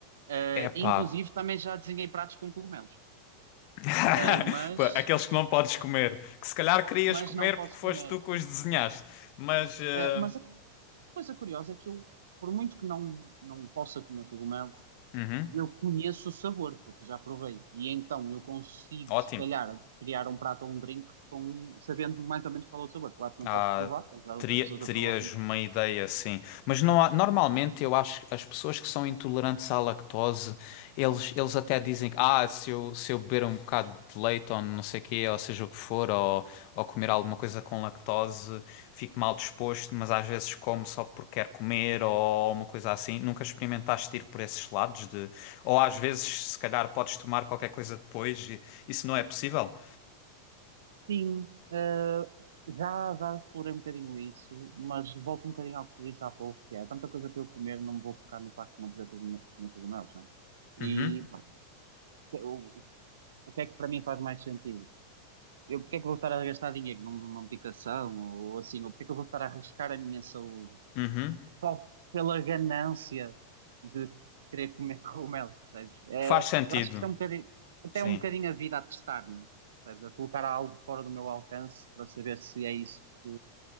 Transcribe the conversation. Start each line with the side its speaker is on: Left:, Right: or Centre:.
Right: Eh,
Left: Epá.
Right: inclusive também já desenhei pratos com cogumelos,
Left: <laughs>
Right: Eh, mas,
Left: Pô, Aqueles que não podes comer, que se calhar querias
Right: mas
Left: comer
Right: não posso
Left: porque foste
Right: comer.
Left: tu que os desenhaste, mas eh,
Right: Eh, mas a coisa curiosa é que eu, por muito que não, não possa comer cogumelos,
Left: uhum,
Right: eu conheço o sabor, porque já provei. E então eu consigo,
Left: ótimo.
Right: se calhar, criar um prato ou um drink com, sabendo mais ou menos qual é o sabor. Claro que não
Left: Ah,
Right: posso provar, tenho que dar outras
Left: teria,
Right: pessoas
Left: terias
Right: a provar. mas
Left: uma ideia, sim. Mas não há- normalmente eu acho que as pessoas que são intolerantes à lactose, eles, eles até dizem que ah, se eu, se eu beber um bocado de leite ou não sei o quê, ou seja o que for, ou, ou comer alguma coisa com lactose, fico mal disposto, mas às vezes como só porque quero comer ou uma coisa assim. Nunca experimentaste ir por esses lados de... Ou às vezes, se calhar, podes tomar qualquer coisa depois e isso não é possível.
Right: Sim, eh, já, já explorei um bocadinho isso, mas volto um bocadinho ao que te disse há pouco, que é há tanta coisa para eu comer, não me vou focar no facto de não poder comer, comer cogumelos, não é? E
Left: Uhum,
Right: pá, o, o que é que para mim faz mais sentido? Eu, porque é que vou estar a gastar dinheiro num- numa medicação ou assim? Ou porque é que eu vou estar a arriscar a minha saúde?
Left: uhum.
Right: só pela ganância de querer comer <laughs> cogumelo, percebes? É,
Left: Faz sentido,
Right: eu acho que isso é um bocadinho, até
Left: sim.
Right: é um bocadinho a vida a testar-me, percebes? A colocar algo fora do meu alcance para saber se é isso que,